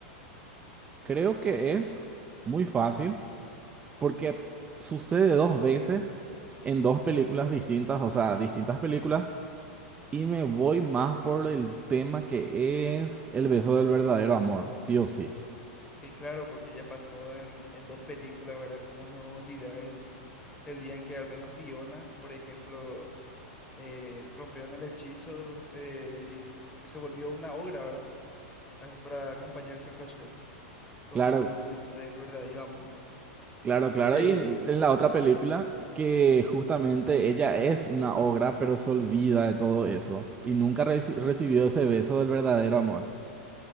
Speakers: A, on the right (about 15°); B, on the left (about 15°).
A: creo que es muy fácil porque sucede dos veces en dos películas distintas, o sea, distintas películas, y me voy más por el tema que es el beso del verdadero amor, sí o sí.
B: Y claro, porque ya pasaron en, en dos películas, ¿verdad? ¿Cómo no olvidar el, el día en que al menos Fiona, por ejemplo, eh, rompieron el hechizo eh, y s- se volvió una ogra, ¿verdad? Así Para acompañar siempre a Shrek con
A: Claro,
B: su beso del verdadero amor.
A: claro, claro.
B: Que,
A: Y en, en la otra película, que justamente ella es una ogra, pero se olvida de todo eso. Y nunca reci- recibió ese beso del verdadero amor.